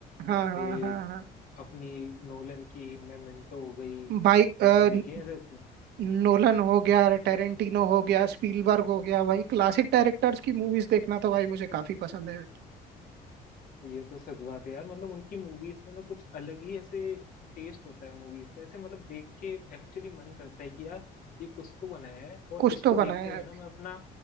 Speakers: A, on the right; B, on the left.
A: हाँ
B: या फिर
A: हाँ हाँ हाँ
B: अपनी नोलन की मेमेंटो हो गई
A: भाई
B: वो
A: अ,
B: सब देखी
A: न-
B: है ऐसे
A: नोलन हो गया टेरेंटिनो हो गया स्पीलबर्ग हो गया भाई क्लासिक डायरेक्टर्स की मूवीज देखना तो भाई मुझे काफी पसंद है
B: ये तो सच बात है यार मतलब उनकी मूवीज में ना कुछ अलग ही ऐसे टेस्ट होता है मूवीज का ऐसे मतलब देख के एक्चुअली मन करता है कि यार ये कुछ तो बनाया है और
A: कुछ
B: इसको
A: तो बनाया
B: देखते हुए
A: है।
B: ना मैं अपना